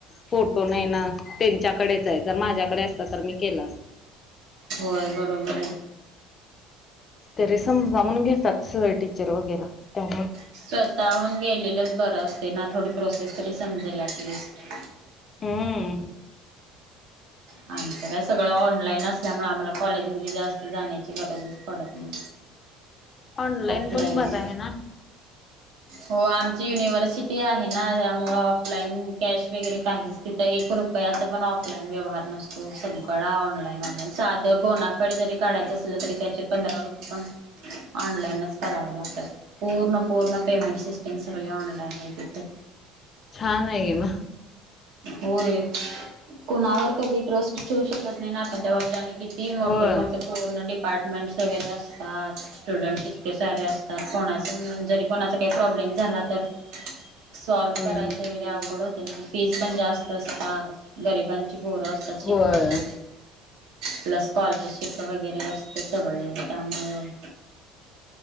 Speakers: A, on the left; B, on the right.
A: फोटो नाही ना त्यांच्याकडेच आहे जर माझ्याकडे असत तर मी केलं असत
B: होय बरोबर ये.
A: ते रिसम जाणून घेतात स टीचर वगैरे त्या
B: स्वतःहून गेलेलंच बरं असतयं ना थोडी प्रोसेस तरी समजेल ऍटलिस्ट
A: हम्म
B: आमचं काय सगळं ऑनलाईन असल्यामुळे आम्हाला कॉलेजमध्येध्ये जास्त जाण्याची गरजच पडत नाही.
A: ऑनलाइन
B: ऑफलाईन
A: पण बरं आहे ना.
B: हो आमची युनिव्हर्सिटी आहे. नाही त्यामुळे ऑफलाईन कॅश वगैरे काहीच तथं एक रुपयाचा पण ऑफलाईन व्यवहार नसतो. त सगळा ऑनलाईन ऑनलाईन साधं बोना फाइड जरी काढायचं असलं तरी त्याचे पंधरा रुपये पण ऑनलाईनच कराव लागत्यात पूर्ण पूर्ण पेमेंट सिस्टम सगळी ऑनलाईन हाय तिथं
A: छान आहे कि म
B: होय कुणावर कधी ट्रस्ट ठेवू शकत नाही आपण त्या बाबतीत आणि किती मोठे
A: होय
B: मोठे पूर्ण अपार्टमेंट्स वगैरे असतात. स्टुडंट इतके सारे असतात कोणाच म्हणून जरी कोणाचा काही प्रॉब्लेम झाला तर
A: <inaudible>
B: सॉल्व
A: हम्म
B: करायचे वगैरे अवघड होते फीज पण जास्त असतात गरिबांची पोरं असतात शिकणारे
A: होय
B: प्लस स्कॉलरशिप वगैरे असतयं सगळं त्यामुळं